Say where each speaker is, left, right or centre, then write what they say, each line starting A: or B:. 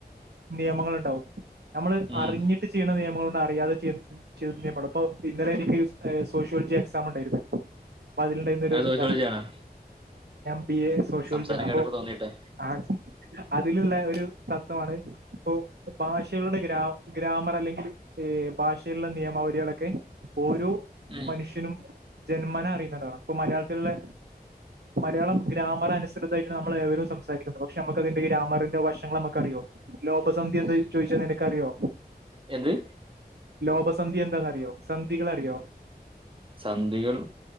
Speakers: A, on the right (about 85°); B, on the right (about 30°).
A: നിയമങ്ങളുണ്ട് വും നമ്മള്
B: ഉം
A: അറിഞ്ഞിട്ട് ചെയ്യ്ണ നിയമങ്ങള്‌ണ്ട് അറിയാതെ ചെയ്യ് ചെയ്യ്ന്നപെടും പ്പോ ഇന്നലെ എനിക്ക് ഏ സോഷ്യോൾജി എക്സാമുണ്ടായിരുന്നു. പ്പതിൽണ്ടായിരുന്നൊരു
B: അത് സോഷ്യോളജിയാണോ
A: താണ്. <unintelligible> ബ എ സോഷ്യോൾജി
B: സംസാരം
A: ആണ്.
B: കേട്ടപ്പോ
A: അപ്പോ
B: തോന്നിട്ടെ
A: ആച് അതില്ള്ള ഒരു തത്ത്വമാണ്. പ്പൊ ഭാഷകളുടെ ഗ്രാം ഗ്രാമറല്ലെങ്കിൽ എ ഭാഷയിലുള്ള നിയമാവരികളൊക്കെ ഓരോ
B: ഉം
A: മനുഷ്യനും. ജന്മന അറിയുന്നതാ പ്പൊ മലയാളത്തിൽല്ലേ മലയാളം ഗ്രാമറാനുസൃതായിട്ട്ണ് നമ്മൾ ഏവരുംസം സംസാരിക്കുന്നു പക്ഷെ നമുക്കതിന്റെ ഗ്രാമറിന്റെ വശങ്ങൾ നമുക്കറിയോ ലോപസന്ധി എന്താന്ന് ചോദിച്ചാ നിനക്കറിയോ?
B: യെന്ത്?
A: ലോപസന്ധി എന്താന്നറിയോ? സന്ധികളറിയോ?
B: സന്ധികളും